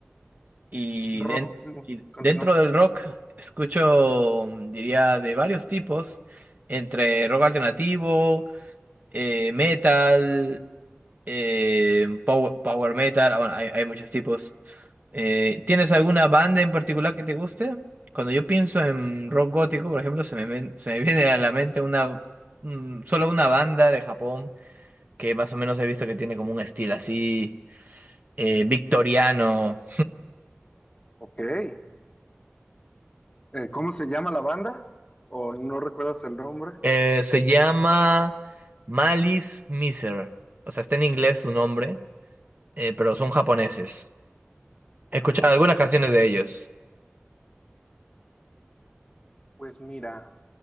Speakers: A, on the right; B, on the left.
A: Y,
B: Ro-
A: den-
B: no,
A: y
B: continúa.
A: dentro del rock escucho, mm, diría, de varios tipos, entre rock alternativo, eh, metal eh, pow- power, metal, ah, bueno, hay, hay muchos tipos. Eh, ¿tienes alguna banda en particular que te guste? Cuando yo pienso en rock gótico, por ejemplo, se me, ven- se me <laughs> viene a la mente una, mm, solo una banda de Japón que más o menos he visto que tiene como un estilo así eh, victoriano.
B: Ok. Eh, ¿cómo se llama la banda? ¿O no recuerdas el nombre?
A: Eh, se llama Malice Miser. O sea, está en inglés
B: Mm.
A: su nombre, eh, pero son japoneses. He escuchado
B: Ok,
A: algunas canciones de ellos.
B: pues mira,